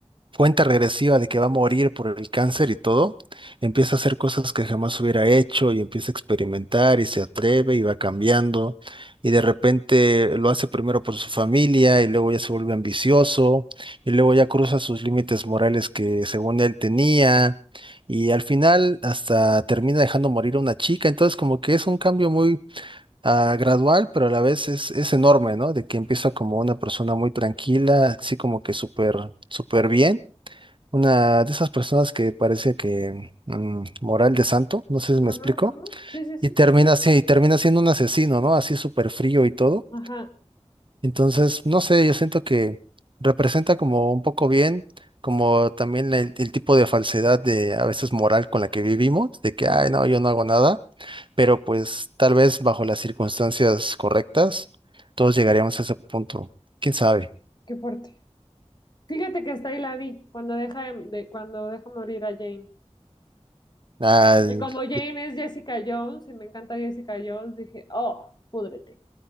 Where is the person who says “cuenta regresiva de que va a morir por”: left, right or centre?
Right